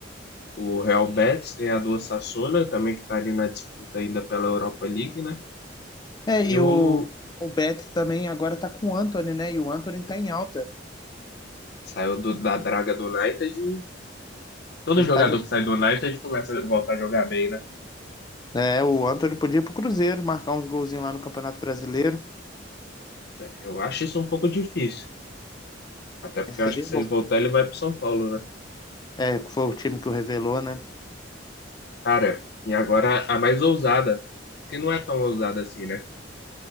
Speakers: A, on the left; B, on the left.
A: o Real Betis, ganhador Sassuolo, também que está ali na disputa ainda pela Europa League, né?
B: É,
A: E
B: e
A: o
B: o, o Betis também agora tá com o Anthony, né? E o Anthony tá em alta.
A: saiu do- da draga do United. e Todo
B: E
A: jogador
B: tá jogando.
A: que sai do United começa a voltar a jogar bem, né?
B: É, o Anthony podia ir pro Cruzeiro, marcar uns golzinhos lá no Campeonato Brasileiro.
A: Eu acho isso um pouco difícil. Até porque
B: Seria
A: eu acho que se
B: bom.
A: ele voltar, ele vai pro São Paulo, né?
B: É, foi o time que o revelou, né?
A: Cara, e agora a mais ousada, que não é tão ousada assim, né?